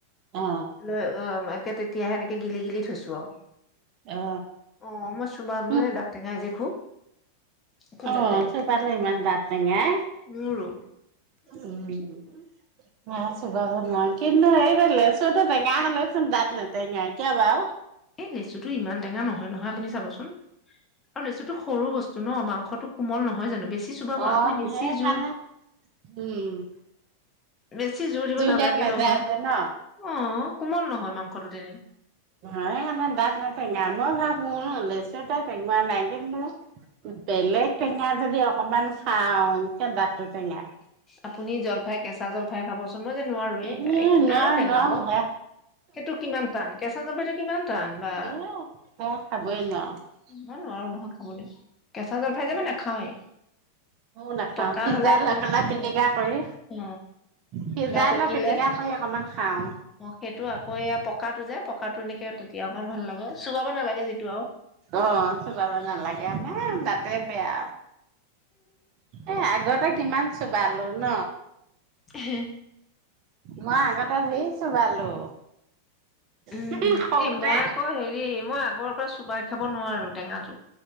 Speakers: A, on the right (about 40°); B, on the left (about 20°).
A: অ,
B: লৈ, অ, উম। তেতিয়া হেনেকে গিলি গিলি থৈছোঁ আৰু।
A: অ,
B: অ', মই চোমা মানে
A: উম,
B: দাঁত যে খুব খুব
A: অ
B: দাঁত টেঙা
A: চোবালে ইমান দাত টেঙাই।
B: মোৰো।
A: উম অ চোবাব নোৱাৰ কিন্তু এই লেচুটো টেঙা হলেওঁচোন দাত নেটেঙাই কিয় বাৰু?
B: এই লেচুটো ইমান টেঙা নহয় নহয় আপুনি চাবচোন আৰু লেচুটো সৰু বস্তু ন মাংসটো কোমল নহয় জানো বেছি চোবাব
A: অ
B: আপুনি
A: সেইকাৰণে
B: বেছি জোৰ
A: উম।
B: বেছি জোৰ দিব নালাগে
A: দাত নাযায়
B: নহয়,
A: যে ন?
B: অ কোমল নহয় মাংস। <unintelligible>
A: নাই আমাৰ দাত নাথাকে। আম ঘত মোৰ লেচু <unintelligible> বেলেগ টেঙা যদি অকণমান খাওঁ। কিয় দাঁতটো টেঙাই।
B: আপুনি জলফাই কেঁচা জলফাই <unintelligible> মইযে নোৱাৰোয়ে,
A: উম নোৱাৰো
B: আৰু টেঙাব
A: নোৱাৰো হে
B: সেইটো কিমান টান কেঁচা জলফাইটো কিমান টান, বা
A: এ সেয়া খাবই নোৱাৰো।
B: ইমান নোৱাৰোঁ নহয় খাবলে। কেঁচা জলফাই যে', মই নেখাওঁয়ে।
A: ময়ো নাখাও
B: পকা
A: সিজাই
B: হ'লে অকণমান
A: লৈ পেলাই
B: খাবলে।
A: পিটিকা কৰি
B: অ,
A: সিজাই
B: বা পকিলে,
A: লৈ পিটিকা কৰি অকমান খাওঁ।
B: অ সেইটো আকৌ এয়া পকা টো যে। পকাটো নেকি তেতিয়া অকণ ভাল লাগে। চোবাব নেলাগে যিটো আৰু।
A: অ চোবাব নালাগে আমাৰ দাতে বেয়া এ', আগতে কিমান? চোবালো ন।
B: হেল,
A: মই আগতে ধেই চোবালো। সৰুতে
B: উম এ মই আকৌ হেৰি মই আকৌ। আগৰ পৰা চোবাই খাব নোৱাৰো টেঙাটো।